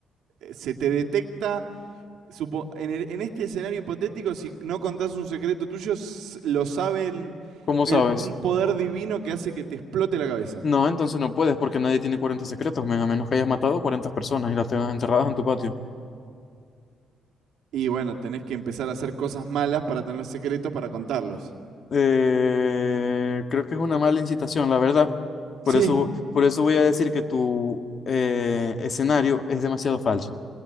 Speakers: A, on the right (about 80°); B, on the left (about 50°).
A: Se te detecta. supo- en, el- en este escenario hipotético, si no contás un secreto tuyo, lo saben.
B: ¿Cómo
A: el-
B: sabes?
A: un poder divino que hace que te explote la cabeza.
B: No, entonces no puedes porque nadie tiene 40 secretos, men, a menos que hayas matado 40 personas y las tengas enterradas en tu patio.
A: Y bueno, tenés que empezar a hacer cosas malas para tener secretos para contarlos.
B: Eh, creo que es una mala incitación, la verdad. Por
A: Sí.
B: eso, por eso voy a decir que tu eh, escenario es demasiado falso.